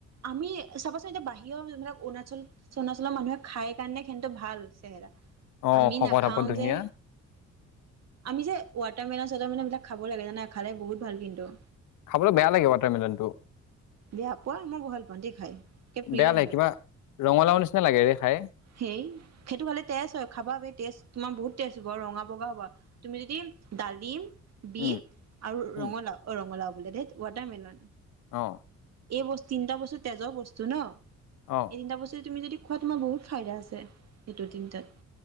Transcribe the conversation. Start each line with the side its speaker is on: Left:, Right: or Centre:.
Right: আমি চাবচোন এতিয়া বাহিৰৰ যোনবিলাক অৰুণাচল অৰুণাচল মানুহে খাই কাৰণে সিঁহতৰ ভাল চেহেৰা,
Left: অ
Right: আমি
Left: শকত
Right: নাখাওঁ
Left: আপত ধুনীয়া
Right: যে! আমি যে ৱাটৰ মেলনচুৱাটাৰ মেলনবিলাক খাব লাগে জানা, খালে বহুত ভাল কিন্তু।
Left: খাবলে বেয়া লাগে ৱাটাৰমিলনটো।
Right: বেয়া পোৱা মই <unintelligible> ভণ্টীয়ে খাই একে প্ৰিয়
Left: বেয়া লাগে
Right: মোৰ!
Left: কিবা ৰঙালাও নিচিনা লাগে খাই!
Right: সেই সেইটো ভালে তেজ হয়! খাবা ব তেজ তোমা বহুত তেজ হ'ব আৰু ৰঙা বগা হ'ব আৰু? তুমি যদি ডালিম, বিট
Left: উম
Right: আৰু
Left: উম
Right: ৰঙালাও অ ৰঙালাও বোলে দে ৱাটাৰমেলন,
Left: অ
Right: এই বস্তু তিনিটা বস্তু তেজৰ বস্তু ন
Left: অঁ
Right: এই তিনিটা বস্তু তুমি যদি খোৱা তোমাৰ বহুত ফাইদা আছে সেইটো তিনিটাত